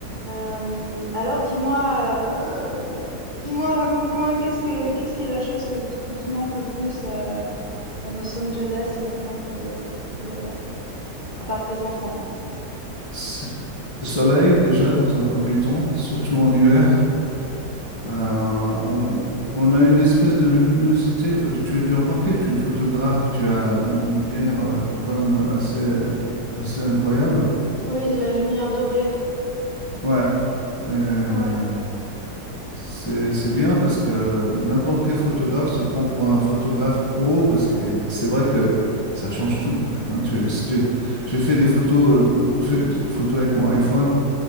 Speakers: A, on the right (about 30°); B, on the left (about 20°).
A: Hem, alors dis-moi, heu, dis-moi, raconte-moi, qu'est-ce que qu'est-ce qui est la chose que tu qui te manque le plus, heu, à Los Angeles maintenant que tu habites plus là-bas? À part tes enfants, bien sûr.
B: c'est le soleil déjà dans un premier temps, surtout en hiver. Euh, on, on a une espèce de luminosité. Enfin, tu as dû remarquer, tu es photographe, tu as
A: Oh.
B: une lumière euh, qui est quand même assez, assez incroyable.
A: Oui, de la lumière dorée.
B: Ouais, euh,
A: Ouais,
B: c'est c'est bien parce que n'importe quel photographe se prend pour un photographe pro parce que c'est vrai que ça change tout en fait. hein. Tu, si tu- j'ai fait des photos, euh, beaucoup de, fait- de photos avec mon iPhone